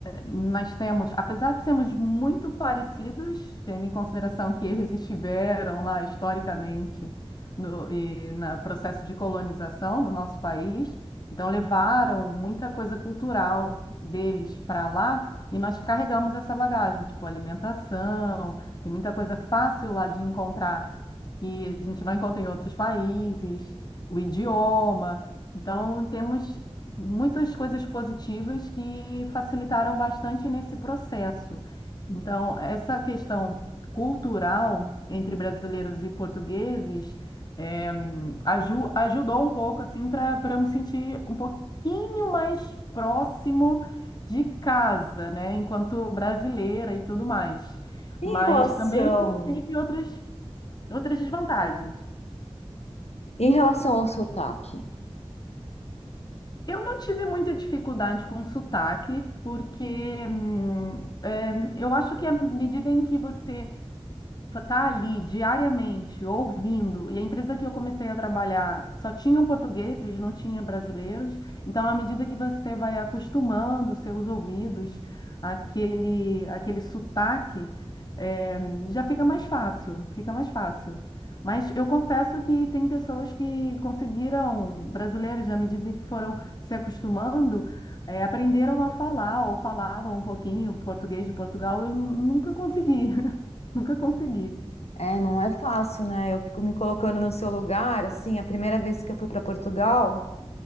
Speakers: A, on the left; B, on the left.
A: nós temos, apesar de sermos muito parecidos, tendo em consideração que eles estiveram lá historicamente no, e no processo de colonização no nosso país, então levaram muita coisa cultural deles para lá e nós carregamos essa bagagem, tipo alimentação, tem muita coisa fácil lá de encontrar que a gente não encontra em outros países, o idioma. Então, temos muitas coisas positivas que facilitaram bastante nesse processo. Então, essa questão cultural entre brasileiros e portugueses eh, aju- ajudou um pouco assim para para eu me sentir um pouquinho mais próximo de casa, né, enquanto brasileira e tudo mais.
B: Em
A: Mas
B: relação,
A: também teve outras outras desvantagens.
B: em relação ao sotaque.
A: Eu não tive muita dificuldade com sotaque, porque hum, é, eu acho que à medida em que você tá ali diariamente ouvindo, e a empresa que eu comecei a trabalhar só tinham portugueses, não tinha brasileiros. Então, à medida que você vai acostumando seus ouvidos àquele, àquele sotaque, eh, já fica mais fácil, fica mais fácil. Mas eu confesso que tem pessoas que conseguiram, brasileiros, à medida que foram se acostumando, eh, aprenderam a falar ou falavam um pouquinho português de Portugal. Eu nu- nunca consegui, <laughs> nunca consegui.
B: É, não é fácil, né? Eu fico me colocando no seu lugar. Assim, a primeira vez que eu fui para Portugal,